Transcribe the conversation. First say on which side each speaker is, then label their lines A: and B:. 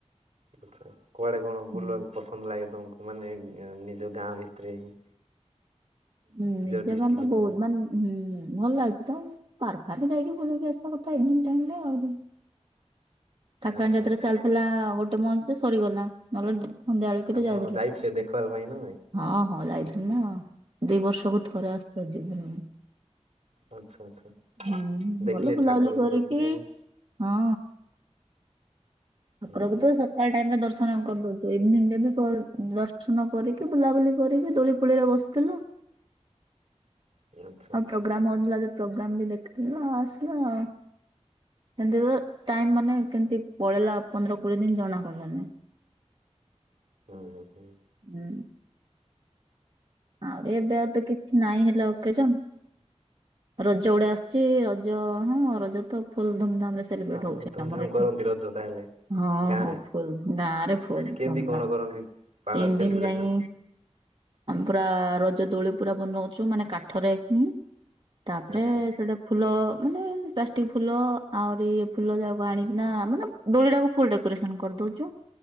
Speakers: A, on the right; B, on the right.
A: ଆଛା କୁଆଡେ କଣ ବୁଲିବାକୁ
B: ହୁଁ
A: ପସନ୍ଦ ଲାଗେ ତମକୁ ମାନେ ନିଜ ଗାଁ ଭିତରେହିଁ।
B: ହୁଁ ନିଜ
A: ଡିଷ୍ଟ୍ରିକ୍ଟ
B: ଗାଁ ତ ବହୁତ ମାନେ ହୁଁ ଭଲ ଲାଗୁଛି ତ ପାର୍କ ଫାର୍କ ଯାଇକି ବୁଲିକି ଆସିବା କଥା ଇଭି୍ନିଂ ଟାଇମରେ ଆଉ। ଠାକୁରାଣି
A: ଆଚ୍ଛା
B: ଯାତ୍ରା
A: ଆଚ୍ଛା
B: ଚାଲିଥିଲା ଗୋଟେ ମନ୍ଥ ଯେ ସରିଗଲା। ନହେଲେ ସନ୍ଧ୍ୟାବେଳେ କେବେ
A: ଆପଣ
B: ଯାଉଥିଲୁ?
A: ଯାଇଥିଲେ ଦେଖିବା ପାଇଁ ନା ନାଇଁ?
B: ହଁ ହଁ ଯାଇଥିଲି ନା ଦିଇ ବର୍ଷକୁ ଥରେ ଆସି ଯିବିନି
A: ଆଚ୍ଛା ଆଚ୍ଛା
B: ହୁଁ
A: ଦେଖିଲେ
B: ଗଲୁ ବୁଲାବୁଲି
A: ଠାକୁରକୁ
B: କରିକି
A: ଦେଖିଲେ
B: ହଁ। ଠାକୁରକୁ
A: ହୁଁ ହୁଁ
B: ତ ସଫା ଟାଇମରେ ଦର୍ଶନ କରିଦଉଛୁ ଇଭିନିଙ୍ଗରେ ବି ପ ଦର୍ଶନ କରିକି ବୁଲାବୁଲି କରିକି ଦୋଳି ଫୋଳିରେ ବସିଥିଲୁ।
A: ହୁଁ ଆଚ୍ଛା
B: ଆଉ
A: ଆଚ୍ଛା
B: ପ୍ରୋଗ୍ରାମ ଲାଗି ପ୍ରୋଗ୍ରାମ ବି ଦେଖିଥିଲୁ ଆଉ ଆସିଲୁ ଆଉ ଏମିତିରେ ଟାଇମ ମାନେ କେମିତି ପଳେଇଲା ପନ୍ଦର କୋଡିଏ ଦିନ ଜଣା ପଡ଼ିଲାଣି।
A: ହୁଁ ହୁଁ ହୁଁ।
B: ହୁଁ। ଆହୁରି ଏବେ ଆଉ ତ କିଛି ନାଇଁ ହେଲେ ଅକେଜନ ରଜ ଗୋଡେ ଆସିଚି ରଜ ହଁ ରଜ ତ ଫୁଲ ଧୁମଧାମ ରେ ସେ ସେଲିବ୍ରେଟ
A: ଆଉ
B: ହଉଚି
A: ଧୁମଧାମ
B: ଆମର ଏଠି।
A: କରନ୍ତି ରଜ ତାହେଲେ
B: ହଁ
A: ଗାଁ
B: ହଁ
A: ରେ
B: ଫୁଲ ଗାଁରେ ଫୁଲ
A: କେମିତି
B: ଧୁମଧାମ।
A: କଣ କରନ୍ତି? ପାଳ
B: ତିନି
A: ସେଲିବ୍ରେସନ
B: ଦିନ ଯାଏଁ ପୁରା ରଜ ଦୋଳି ପୁରା ବନଉଛୁ ମାନେ କାଠରେ ହିଁ ତାପରେ
A: ଆଚ୍ଛା।
B: ସେଟ ଫୁଲ ମାନେ ପ୍ଲାଷ୍ଟିକ ଫୁଲ ଆହୁରି ଇଏ ଫୁଲ ଯାହାକୁ ଆଣିକିନା ମାନେ ଦୋଳିଟାକୁ ଫୁଲ୍ ଡେକୋରେସନ କରିଦଉଛୁ।